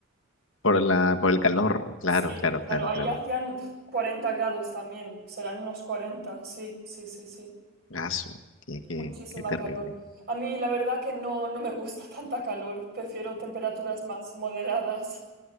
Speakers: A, on the left; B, on the right.
A: por la, por el calor, claro,
B: Sí,
A: claro,
B: claro,
A: claro,
B: ahí
A: claro.
B: hacían pf, 40 grados también, serán unos cuarenta sí, sí, sí, sí.
A: Ah, su- qué, qué,
B: Muchísima
A: qué terrible.
B: calor. A mí la verdad que no, no me gusta <laughs> tanta calor. Prefiero temperaturas más moderadas,